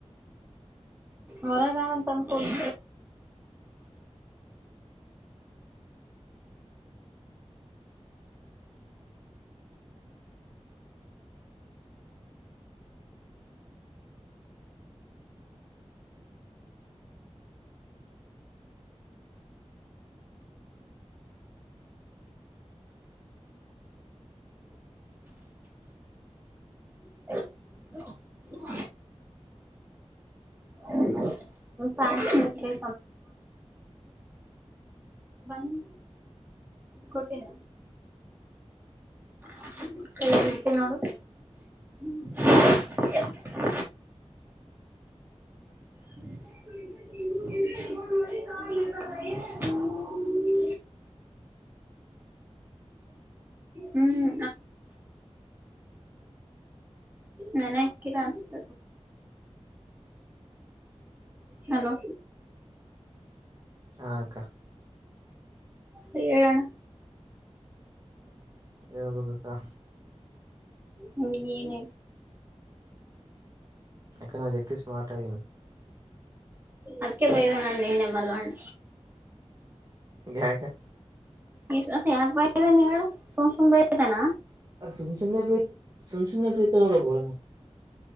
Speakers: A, on the right (about 20°); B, on the right (about 35°).
A: ಹೊರಗಂತನ್ಕೋಗ ಹ <unintelligible> ಬಂದ ಕೊಟ್ಟಿನ
B: ಹ
A: <unintelligible>
B: ಹ
A: ಹ
B: ಹ
A: ಹ್ಮ್ ನಾನ ನಸತ ಹಲೋ
B: ಹಾಕ್ಕ
A: ಸಣ
B: ಎಬೇಕಬೇಕಕ್ಕಾ
A: ಹ್ಮ್ ಏನ
B: ಯಕ ನ ಜಕ್ಕ ಸ್ಮಾರ್ಟ್ ಆಗನ್
A: ಅದ್ಕ್ಕೆ ಬಯವ ನಣ್ಣ ನಿನ್ನೆ ಮಲ್ವಣ್ಣ
B: ಯಕ
A: ಈ ಮತ್ ಯಾಕ ಬ ಹೇಳು ಸುಮ್ ಸುಮ್ ಬತಾನ
B: ಸುಮಸಮ ಸುಮಸಮರ ಬೋಳ